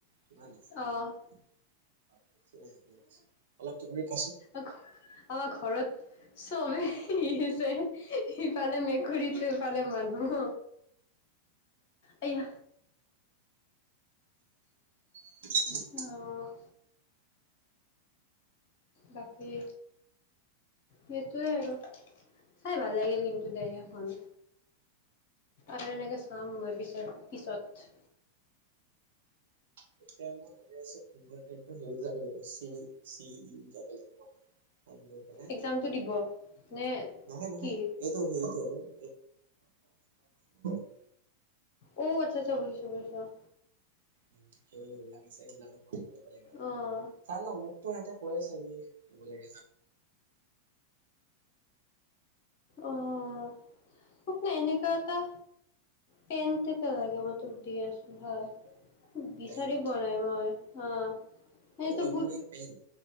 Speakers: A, on the right (about 60°); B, on the left (about 45°).
A: কিমান
B: অ',
A: আছে? একদিন আহিবলৈ কৈছে। অলপ থিয়ৰী কোৱাচোন।
B: অ', ঘ, অ' ঘৰত। চ' ই হৈছে। এইফালে মেকুৰীটো, এইফালে মানুহ। আইয়া।
A: <unintelligible>
B: অহ'। বাকী' সেইটোৱে আৰু, চাই ভাল লাগিল কিন্তু দেহ এখন। আৰু এনেকে চাম মই পিছত-পিছত।
A: তেতিয়া মই ভাব আছো পোন্ধৰ তাৰিখ হেৰি যাব লাগিব চঙি-চিঙি যাব লাগিব। তা'ত গৈ পেলাই,
B: এক্জামটো দিব নে
A: নহয় ম-নহয়।
B: কি
A: এইটো-সেইটো আক' <unintelligible>
B: অ' আচ্ছা-আচ্ছা, বুজিছো-বুজিছো অঁ',।
A: উম' সেই সেইবিলাক আছে সেইবিলাকত প কৰিব লাগিব।
B: অ',
A: চাই লওঁ, মোকতো সিহঁতে আছে যাব লাগে বুলিহ
B: অঁ', এনেকুৱা এটা- পেনটো পে লাগে মই তোক দিয়ে আছো হয়। বিচাৰি
A: পেণ্ট
B: পোৱা নাই মই অঁ',।
A: কলম
B: এইটো বু
A: নে পেন